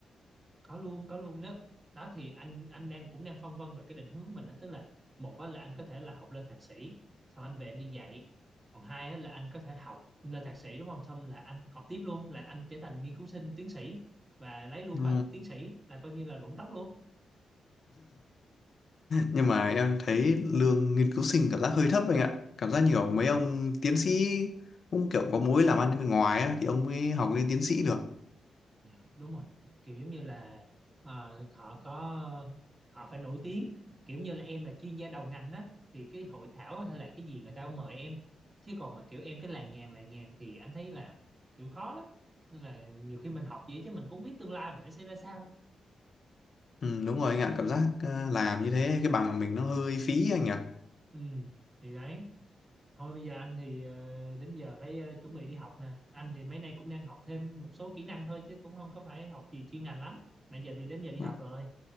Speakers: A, on the right; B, on the left.
A: có luôn có luôn nếu đó thì anh anh đang cũng đang phân vân về cái định hướng của mình đó tức là một á là anh có thể là học lên thạc sĩ xong anh về anh đi dạy còn hai á là anh có thể học lên thạc sĩ đúng không xong là anh học tiếp luôn là anh trở thành nghiên cứu sinh tiến sĩ và lấy luôn
B: ừ.
A: bằng tiến sĩ là coi như là rụng tóc luôn
B: nhưng mà em thấy lương nghiên cứu sinh cảm giác hơi thấp anh ạ cảm giác nhiều mấy ông tiến sĩ cũng kiểu có mối làm ăn bên ngoài á, thì ông mới học lên tiến sĩ được
A: Dạ, đúng rồi. Kiểu giống như là ờ, họ có họ phải nổi tiếng, kiểu như là em là chuyên gia đầu ngành đó thì cái hội thảo hay là cái gì người ta cũng mời em. Chứ còn mà kiểu em cái làng nhàng làng nhàng thì anh thấy là kiểu khó lắm. Nên là nhiều khi mình học vậy chứ mình cũng không biết tương lai mình nó sẽ ra sao.
B: ừ, đúng rồi anh ạ cảm giác ờ, làm như thế cái bằng mình nó hơi phí anh ạ
A: Ừ, thì đấy. Thôi bây giờ anh thì ờ, đến giờ phải ờ, chuẩn bị đi học nè. Anh thì mấy nay cũng đang học thêm một số kỹ năng thôi chứ cũng không có phải học gì chuyên ngành lắm. Mà giờ thì đến giờ đi
B: ờ,
A: học rồi.